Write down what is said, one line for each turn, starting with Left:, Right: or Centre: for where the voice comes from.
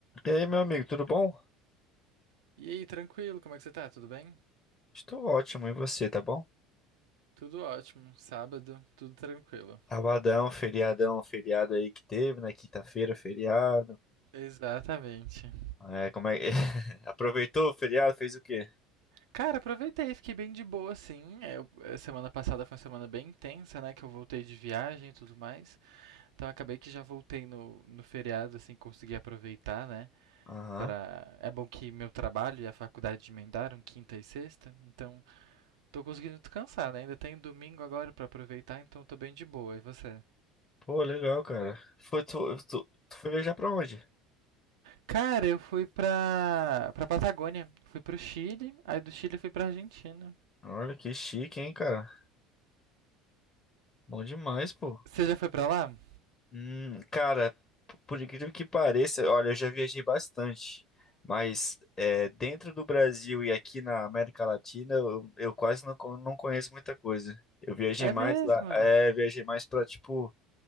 Left: E aí, meu amigo, tudo bom?
Right: E aí, tranquilo, como é que você tá? Tudo bem?
Left: Estou ótimo, e você, tá bom?
Right: Tudo ótimo, sábado, tudo tranquilo.
Left: Sabadão, feriadão, feriado aí que teve, na Quinta-feira, feriado.
Right: Exatamente.
Left: É, como é... que... <laughs> Aproveitou o feriado, fez o quê?
Right: Cara, aproveitei, fiquei bem de boa, sim. É, eu- é, semana passada foi uma semana bem intensa, né? Que eu voltei de viagem e tudo mais. Então acabei que já voltei no, no feriado, assim, consegui aproveitar, né?
Left: Aham.
Right: Pra... É bom que meu trabalho e a faculdade emendaram quinta e sexta, então tô conseguindo descansar, né? Ainda tenho domingo agora pra aproveitar, então tô bem de boa. E você?
Left: Pô, legal, cara. Foi, tu, tu, tu foi viajar pra onde?
Right: Cara, eu fui pra, pra Patagônia. Fui pro Chile, aí do Chile eu fui pra Argentina.
Left: Olha que chique, hein, cara. Bom demais, pô.
Right: Você já foi pra lá?
Left: Hum, cara, p- por incrível que pareça, olha, eu já viajei bastante, mas é, dentro do Brasil e aqui na América Latina, eu, eu quase não, con- não conheço muita coisa. Eu viajei
Right: É
Left: mais
Right: mesmo?
Left: lá, é, viajei mais pra, tipo,